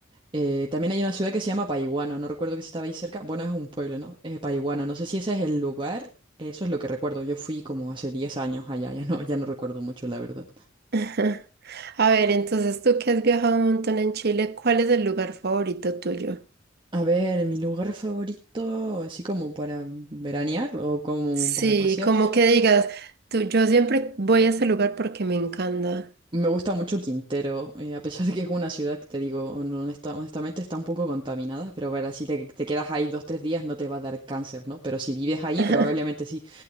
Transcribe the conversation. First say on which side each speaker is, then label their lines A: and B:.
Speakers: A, on the right; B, on the right.
A: Eh, también hay una ciudad que se llama Paihuano, no recuerdo que si estaba ahí cerca. Bueno, es un pueblo, ¿no? Eh, Paihuano, no sé si ese es el lugar. Eso es lo que recuerdo. Yo fui como hace 10 años allá, ya no, ya no recuerdo mucho, la verdad.
B: <laughs> A ver, entonces tú que has viajado un montón en Chile, ¿cuál es el lugar favorito tuyo?
A: A ver, mi lugar favorito, así como para veranear o como
B: Sí,
A: para pasear.
B: como que digas, tú, yo siempre voy a ese lugar porque me encanta.
A: Me gusta mucho Quintero, eh, a pesar de que es una ciudad que te digo, hon- honesta- honestamente está un poco contaminada, pero ver si te, te quedas ahí dos, tres días no te va a dar cáncer, ¿no? Pero si vives ahí,
B: <laughs>
A: probablemente sí.